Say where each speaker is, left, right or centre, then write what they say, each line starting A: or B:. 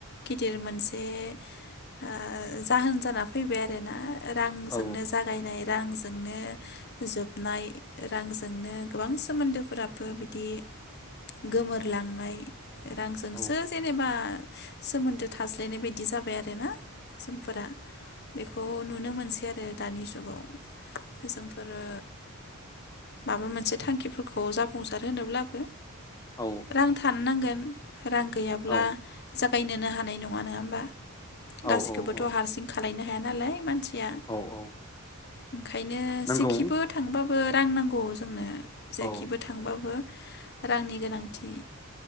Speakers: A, on the left; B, on the left.
A: गिदिर मोनसे ओ जाहोन जाना फैबाय आरोना रांजोंनो
B: औ
A: जागायनाय रांजों जोंनो जोबनाय रांजोंनो गोबां सोमोन्दोफोराबो बिदि गोमोरलांनाय रांजोंसो
B: औ
A: जेनेबा सोमोन्दो थाज्लायनाय बायदि जाबाय आरोना जोंफोरा बेखौ नुनो मोनसै आरो दानि जुगाव जोंफोरो माबा मोनसे थांखिफोरखौ जाफुंसार होनोब्लाबो
B: औ
A: रां थानो नांगोन रां गैयाब्ला
B: औ
A: जागायनोनो हाना नाय नङा नङा होमबा
B: औ
A: गासैखौबोथ हारसिं खा खालायनो हाया नालाय मान सिया
B: औ औ
A: ओंखायनो
B: नंगौ
A: जेखिबो थांबाबो रां नांगौ जोंनो
B: औ
A: जेखिबो थांबाबो रांनि गोनांथि